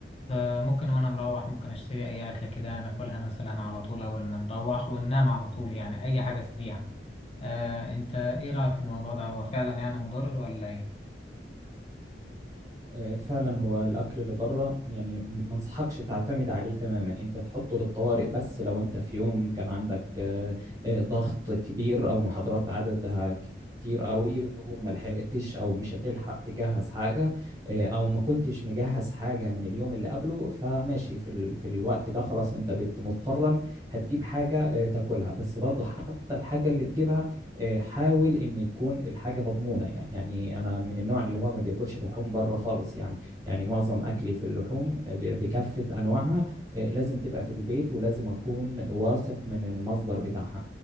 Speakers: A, on the left; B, on the right.
A: فممكن وانا مروح ممكن اشتري اي اكله كده ناكلها مثلا على طول اول ما نروح وننام على طول يعني اي حاجه سريعه آه انت ايه رايك في الموضوع ده هو فعلا يعني مضر ولا ايه
B: آه، فعلا هو الاكل اللي بره يعني م- ما انصحكش تعتمد عليه تماما انت تحطه للطوارئ بس لو انت في يوم كان عندك آه، آه، ضغط كبير او محاضرات عددها كتير قوي وما لحقتش او مش هتلحق تجهز حاجه آه، او ما كنتش مجهز حاجه من اليوم اللي قبله فماشي في ال... في الوقت ده خلاص انت بت- مضطرا هتجيب حاجه آه، تاكلها بس برضه حتى الحاجه اللي تجيبها آه، حاول ان تكون الحاجه مضمونه يعني يعني انا من النوع اللي هو ما بياكلش لحوم بره خالص يعني يعني معظم اكلي في اللحوم آه، ب- بكافه انواعها آه، لازم تبقى في البيت ولازم اكون واثق من المصدر بتاعها